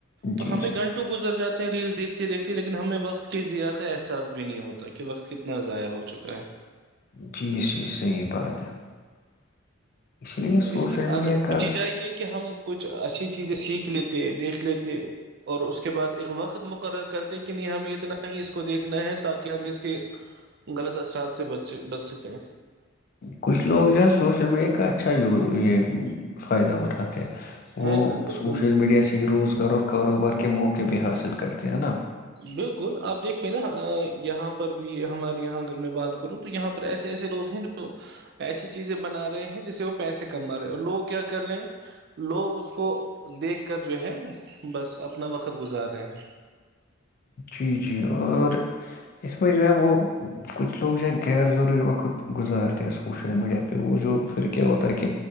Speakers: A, on the right; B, on the left.
A: تو
B: جی،
A: ہمیں
B: جی،
A: گھنٹوں گزر جاتا ریلس دیکھتی دیکھتی لیکن ہمیں وقت کے ضیاع کا احسا بھی نہیں ہوتا کہ وقت کتنا ضائع ہو چکا ہے
B: جی جی صحیح بات ہے لیے
A: ہاں
B: سوشل
A: اس کی اگر
B: میڈیا
A: بچی
B: کا
A: جائے کہ کہ ہم کچھ اچھی چیزیں سیکھ لیتے دیکھ لیتے اور اس کے بعد ایک وقت مقرر کرتے کہ نہیں ہمیں اتنا ہی اس کو دیکھنا ہے تاکہ ہم اس کے غلط اثرات سے بچ بچ سکیں
B: کچھ لوگ جو ہے سوشل میڈیا کا اچھاو یہ فائدہ اٹھاتے وہ
A: ہے نا بالکل
B: سوشل میڈیا سے روزگار اور کاروبار کے موقع بھی حاصل کرتے ہیں نا
A: بالکل آپ دیکھیے نا یہاں پر بھی ہمارے یہاں اگر میں بات کروں تو یہاں پر ایسے ایسے لوگ ہیں جو ایسی چیزیں بنا رہے ہیں جسے وہ پیسے کما رہے ہیں اور لوگ کیا کر رہے ہیں لوگ اس کو دیکھ کر جو ہے بس اپنا وقت گزار رہے ہیں
B: جی جی اور اس میں جو ہے وہ کچھ لوگ جو ہے غیر ضروری وقت گزارتے ہیں سوشل میڈیا پہ وہ جو پھر کیا ہوتا ہے کہ